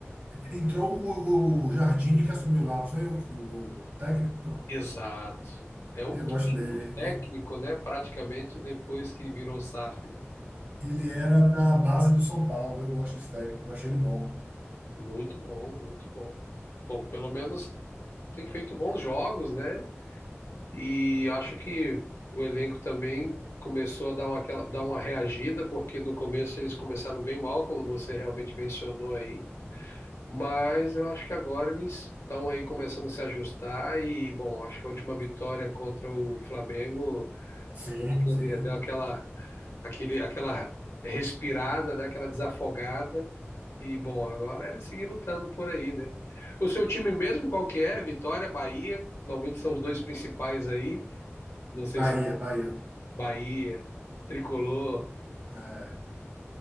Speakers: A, on the right (about 55°); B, on the left (about 70°).
A: Entrou o, o Jardine que assumiu lá, não foi o, o técnico?
B: Exato. É o
A: Eu
B: quinto
A: gosto dele.
B: técnico,
A: E-
B: né? Praticamente depois que virou SAF, né?
A: Ele era da base do São Paulo, eu gosto desse técnico, eu achei ele bom.
B: Muito bom, muito bom. Bom, pelo menos tem feito bons jogos, né? E acho que o elenco também começou a dar uma, aquela- dar uma reagida, porque no começo eles começaram bem mal, como você realmente mencionou aí. Mas eu acho que agora eles estão aí começando a se ajustar e, bom, acho que a última vitória contra o Flamengo
A: Sim,
B: deu aquele,
A: sim.
B: deu aquela, aquele, aquela respirada, né? Aquela desafogada. E, bom, agora é seguir lutando por aí, né? O seu time mesmo, qual que é? Vitória, Bahia, normalmente são os dois principais aí. Não sei
A: Bahia,
B: se o
A: Bahia.
B: Bahia, Tricolor.
A: É,